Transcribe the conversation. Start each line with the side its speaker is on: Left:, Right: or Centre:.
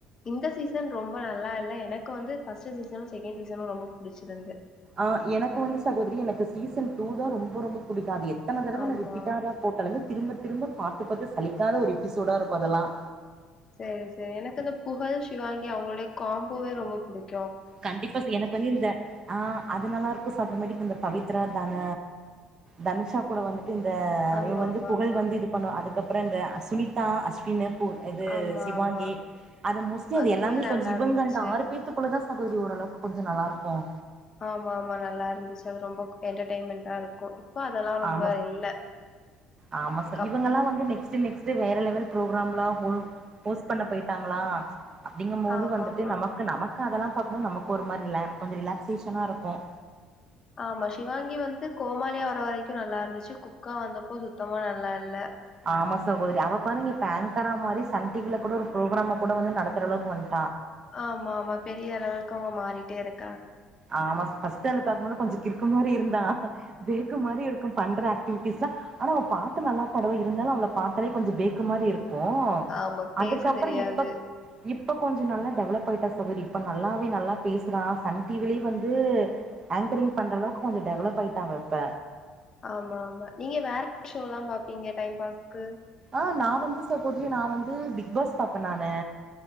Left: இந்த சீசன் ரொம்ப நல்லா இல்ல எனக்கு வந்து பர்ஸ்ட்ட் சீசனும் செகண்ட் சீசனும் ரொம்ப புடிச்சிருந்து
Right: ஆஹ் எனக்கு வந்து சகோதரி எனக்கு சீசன் டூ தான் ரொம்ப ரொம்ப பிடிக்குது எத்தனை தடவை
Left: ஆமா
Right: ரிப்பீடா அத போட்டாலுேமே திரும்ப திரும்ப பார்த்து பார்த்து சலிக்காத ஒரு எபிசோடா இருக்கும் அதெல்லாம்
Left: செரி செரி எனக்கு அந்த புகழ் சிவாங்கி அவங்களுடைய காம்போவே ரொம்ப புடிக்கும்
Right: கண்டிப்பா எனக்கு வந்து இந்த ஆஹ் அது நல்லா இருக்கும் சாப்பிட மேடிக்கு இந்த பவித் இந்த தன தனுச கூட வந்து இந்த
Left: ஆமா
Right: இன் வந்து
Left: ஆமா
Right: புகழ்
Left: ஆமா
Right: வந்து இது பண்ணுவ அதுக்கப்புறம் இந்த அஸ்மிதா அஸ் பின இப்போ அது
Left: ஆமா
Right: சிவாங்கி
Left: ஆமா
Right: அது மோஸ்ட்லி அது
Left: அதுமே
Right: எல்லாமே
Left: நல்லா
Right: கொஞ்சம் இவங்க
Left: இருந்துச்சு
Right: அந்த ஆறு பேத்துக்குள்ள தான் பகுதி ஓரளவுக்கு கொஞ்சம் நல்லா இருக்கும்
Left: ஆமா ஆமா நல்லா இருந்துச்சு அது ரொம்ப என்டர்டெயன்மெண்டா இருக்கும் இப்போ அதெல்லா ரொம்ப
Right: ஆமா
Left: இல்ல
Right: ஆமா
Left: கப்
Right: இவங்க எல்லாம் வந்து நெக்ஸ்ட் நெக்ஸ் வேற லெவல் ப்ரோகரம் பாம்லாம் போஸ்ட் பண்ண போயி்ருக்க டங்களா அப்படிங்கும் போது
Left: ஆமாமா
Right: வந்துட்டு நமக்கு நம அதெல்லாம் பாக்கும்போது நமக்கு ஒரு மாரி இல்ல கொஞ்சம் ரிலாக்சேஷனா இருக்கும்
Left: ஆமா சிவாங்கி வந்து கோமாளியா வர வரைக்கும் நல்லா இருந்துச்சு குக்கா வந்தப்போ சுத்தமா நல்லா இல்ல
Right: ஆமா சகோதரி அவ பாருங்க பேங்க் வர மாரி சன் டிவில கூட ஒரு புரோக்ராம் கூட வந்து நடத்துற அளவுக்கு வந்துட்டு
Left: ஆமா ஆமா பெரிய அளவுக்கு அவுங்க மாரி <unintelligible>
Right: ஆமா பஸ்ட்டு பாக்கும் போது கொஞ்ச கிருக்கு மாரி இருந்தா பேக்கு மாரி இருக்கும் பண்ட்ரா கிவிட்டிஸ் ஆனா அவ பாட்டு நல்லா பாடுவா இருந்தாளு அவள பாத்தலே கொஞ்ச பேக்கு மாரி இருக்கு கு
Left: ஆமா
Right: அதுக்கப்றோ
Left: பேச தெரியாது
Right: இப்ப இப்ப கொஞ்ச நல்லா டெவலப் ஆயிட்டா சகோதரி இப்ப நல்லாவே நல்லா பேசுறா சன் டிவிலயு வந்து ஆங்கரிங் பண்ற அளவுக்கு கொஞ்ச டெவலப் ஆயிட்டா அவ இப்ப
Left: ஆமா ஆமா நீங்க வேற என்ன ஷோல்லா பாப்பீங்க டைம் பாஸுக்கு
Right: ஆ நா வந்து சகோதரி நா வந்து பிக் பாஸ் பாப்பே நானு